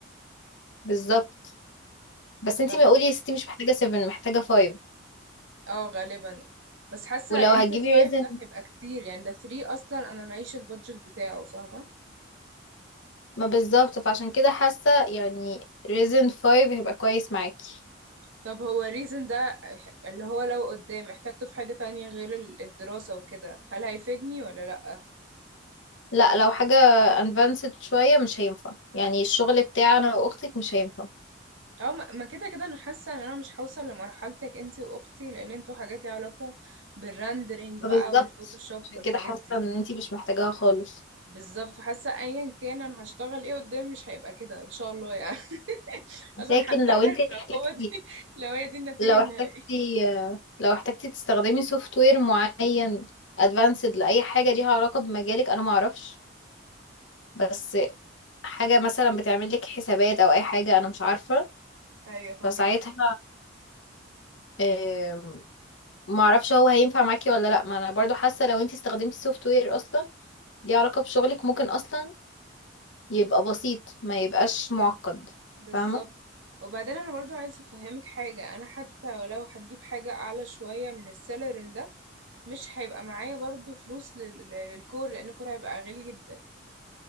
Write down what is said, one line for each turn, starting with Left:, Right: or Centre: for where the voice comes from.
Left: بالظبط بس انتي
Right: طب
Left: ما قولي يا ستي مش محتاجة 7 محتاجة 5
Right: اه غالبا بس حاسة
Left: ولو
Right: انت
Left: هتجيبي
Right: الفايف
Left: ريزن
Right: ده هيبقى كتير يعني ده 3 اصلا انا معيش البادجت بتاعه فاهمة
Left: ما بالظبط فعشان كده حاسة يعني ريزن 5 هيبقى كويس معاكي
Right: طب هو الريزن ده اللي هو لو قدام احتاجته في حاجة تانية غير ال- الدراسة وكده هل هيفيدني ولا لأ
Left: لا لو حاجة advanced شوية مش هينفع يعني الشغل بتاعنا واختك مش هينفع
Right: اه ما ما كده كده انا حاسه ان انا مش هوصل لمرحلتك انتي واختي لان انتوا حاجات ليها علاقه بالرندرينج بقى
Left: فبالظبط
Right: والفوتوشوب
Left: عشان
Right: والحاجات
Left: كده حاسة
Right: دي
Left: ان انتي مش محتاجاها خالص
Right: بالظبط فحاسه ايا كان انا هشتغل ايه قدام مش هيبقى كده ان شاء الله يعني <laughs> عشان
Left: لكن
Right: هنتحر
Left: لو انتي
Right: لو
Left: احتاجتي
Right: هو دي لو هي دي النتيجه
Left: لو
Right: النهائيه
Left: احتجتي لو احتجتي تستخدمي سوفت وير معين ادفانسد لأي حاجة ليها علاقة بمجالك أنا معرفش بس حاجة مثلا بتعمل لك حسابات أو أي حاجة أنا مش عارفة
Right: ايوه فهماكي
Left: فساعتها آه، معرفش هو هينفع معاكي ولا لأ ما أنا برضو حاسة لو انتي استخدمتي سوفت وير أصلا ليه علاقة بشغلك ممكن أصلا يبقى بسيط ما يبقاش معقد
Right: بالظبط
Left: فاهمة
Right: وبعدين انا برضو عايزه افهمك حاجه انا حتى ولو هتجيب حاجه اعلى شويه من السالري ده مش هيبقى معايا برضو فلوس لل- للكور لان الكور هيبقى غالي جدا